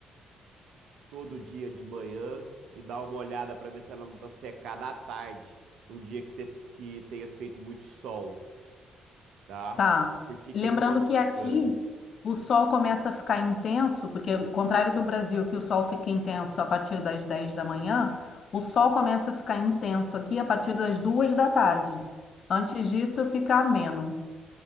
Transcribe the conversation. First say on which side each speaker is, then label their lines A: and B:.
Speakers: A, on the right (about 60°); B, on the left (about 50°).
A: todo dia de manhã e dar uma olhada para ver se ela não tá secada à tarde, num dia que, te- que tenha feito muito sol, tá?
B: Tá.
A: Porque
B: Lembrando
A: que que acon-
B: que aqui
A: é.
B: o sol começa a ficar intenso, porque ao contrário do Brasil, que o sol fica intenso a partir das 10 da manhã, o sol começa a ficar intenso aqui a partir das 2 da tarde. Antes disso, fica ameno.